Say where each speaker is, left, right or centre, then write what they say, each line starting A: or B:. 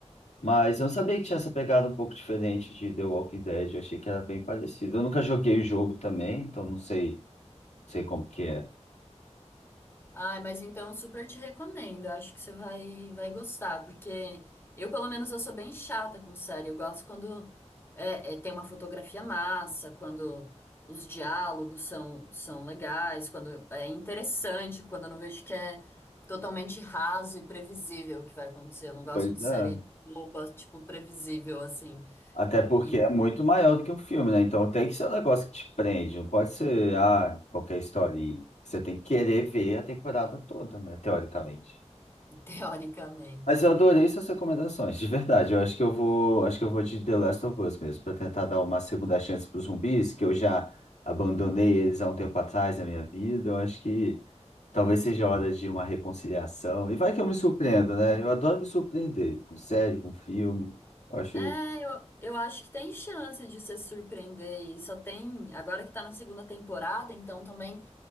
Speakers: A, on the left; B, on the left.
A: Mas eu não sabia que tinha essa pegada um pouco diferente de The Walking Dead. Eu achei que era bem parecido. Eu nunca joguei o jogo também, então não sei, sei como que é.
B: Ai, mas então super te recomendo. eu Acho que você vai, vai gostar, porque eu, pelo menos, eu sou bem chata com série. Eu gosto quando é, é, tem uma fotografia massa, quando os diálogos são, são legais, quando é interessante, quando eu não vejo que é totalmente raso e previsível o que vai acontecer. Eu não gosto
A: Pois
B: de
A: é.
B: série boba, tipo, previsível, assim,
A: Até porque
B: e,
A: é muito maior do que um filme, né? Então tem que ser um negócio que te prende. Não pode ser, ah, qualquer historinha. Você tem que querer ver a temporada toda, né? Teoricamente.
B: <laughs> teoricamente.
A: Mas eu adorei suas recomendações, de verdade. Eu acho que eu vou, acho que eu vou de The Last of Us mesmo, para tentar dar uma segunda chance para os zumbis, que eu já abandonei eles há um tempo atrás na minha vida. Eu acho que talvez seja hora de uma reconciliação. E vai que eu me surpreendo, né? Eu adoro me surpreender com série, com filme. Eu acho,
B: É, eu, eu acho que tem chance de se surpreender e só tem, agora que tá na segunda temporada, então também